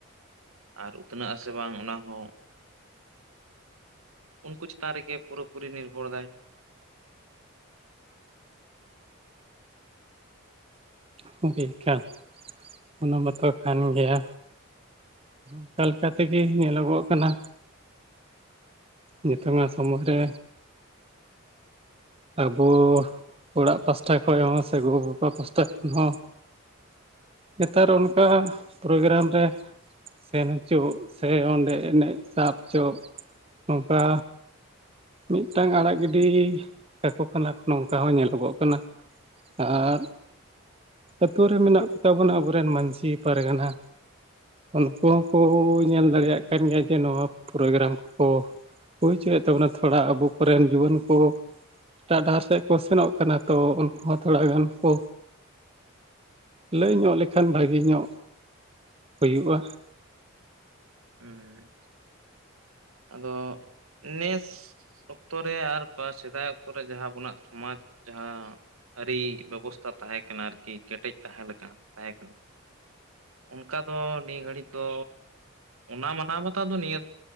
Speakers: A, on the right; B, on the right.
A: ᱟᱨ ᱩᱛᱱᱟᱹᱜ ᱟᱥᱮ ᱵᱟᱝ ᱚᱱᱟ ᱦᱚᱸ ᱩᱱᱠᱩ ᱪᱮᱛᱟᱱ ᱨᱮᱜᱮ ᱯᱩᱨᱟᱹ ᱯᱩᱨᱤ ᱱᱤᱨᱵᱷᱚᱨ ᱮᱫᱟᱭ ᱾
B: ᱜᱚᱢᱠᱮ ᱮᱠᱟᱞ ᱚᱱᱟ ᱵᱟᱛᱚ ᱠᱟᱱ ᱜᱮᱭᱟ ᱚᱱᱠᱟ ᱞᱮᱠᱟᱛᱮᱜᱮ ᱧᱮᱞᱚᱜᱚᱜ ᱠᱟᱱᱟ ᱱᱤᱛᱚᱝ ᱢᱟ ᱥᱚᱢᱚᱭ ᱨᱮ ᱟᱵᱚ ᱚᱲᱟᱜ ᱯᱟᱥᱴᱟ ᱠᱷᱚᱭ ᱦᱚᱸ ᱥᱮ ᱜᱚ ᱵᱟᱵᱟ ᱯᱟᱥᱴᱟ ᱠᱷᱚᱱ ᱦᱚᱸ ᱱᱮᱛᱟᱨ ᱚᱱᱠᱟ ᱯᱨᱳᱜᱨᱟᱢ ᱨᱮ ᱥᱮᱱ ᱦᱚᱪᱚ ᱥᱮ ᱚᱸᱰᱮ ᱮᱱᱮᱡ ᱥᱟᱵ ᱦᱚᱪᱚ ᱱᱚᱝᱠᱟ ᱢᱤᱫᱴᱟᱝ ᱟᱲᱟᱜ ᱜᱤᱰᱤ ᱟᱠᱚ ᱠᱟᱱᱟᱠᱚ ᱱᱚᱝᱠᱟ ᱦᱚᱸ ᱧᱮᱞᱚᱜᱚᱜ ᱠᱟᱱᱟ ᱟᱨ ᱟᱛᱩ ᱨᱮ ᱢᱮᱱᱟᱜ ᱠᱚᱛᱟ ᱵᱚᱱᱟ ᱟᱵᱚᱨᱮᱱ ᱢᱟᱹᱡᱷᱤ, ᱯᱟᱨᱜᱟᱱᱟ ᱩᱱᱠᱩ ᱦᱚᱸᱠᱚ ᱧᱮᱞ ᱫᱟᱲᱮᱭᱟᱜ ᱠᱟᱱ ᱜᱮᱭᱟ ᱡᱮ ᱱᱚᱣᱟ ᱯᱨᱳᱜᱨᱟᱢ ᱠᱚ ᱦᱩᱭᱪᱚᱭᱮᱫ ᱛᱟᱵᱚᱱᱟ ᱛᱷᱚᱲᱟ ᱟᱵᱚ ᱠᱚᱨᱮᱱ ᱡᱩᱣᱟᱹᱱ ᱠᱚ ᱮᱴᱟᱜ ᱰᱟᱦᱟᱨ ᱥᱮᱫ ᱠᱚ ᱥᱮᱱᱚᱜ ᱠᱟᱱᱟ ᱛᱚ ᱩᱱᱠᱩ ᱦᱚᱸ ᱛᱷᱚᱲᱟ ᱜᱟᱱ ᱠᱚ ᱞᱟᱹᱭ ᱧᱚᱜ ᱞᱮᱠᱷᱟᱱ ᱵᱷᱟᱜᱮ ᱧᱚᱜ ᱦᱩᱭᱩᱜ-ᱟ
A: ᱦᱚᱸ ᱟᱫᱚ ᱱᱮᱥ ᱚᱠᱛᱚ ᱨᱮ ᱟᱨ ᱯᱚᱨ ᱥᱮᱫᱟᱭ ᱚᱠᱛᱚ ᱨᱮ ᱡᱟᱦᱟᱸ ᱟᱵᱚᱱᱟᱜ ᱥᱚᱢᱟᱡᱽ ᱡᱟᱦᱟᱸ ᱟᱹᱨᱤ ᱵᱮᱵᱚᱥᱛᱟ ᱛᱟᱦᱮᱸ ᱠᱟᱱᱟ ᱟᱨᱠᱤ ᱠᱮᱴᱮᱡ ᱛᱟᱦᱮᱸ ᱞᱮᱠᱟ ᱛᱟᱦᱮᱸ ᱠᱟᱱᱟ ᱚᱱᱠᱟ ᱫᱚ ᱱᱤᱭᱟᱹ ᱜᱷᱟᱹᱲᱤᱡ ᱫᱚ ᱚᱱᱟ ᱢᱟᱱᱟᱣ ᱵᱟᱛᱟᱣ ᱫᱚ ᱱᱤᱭᱟᱹ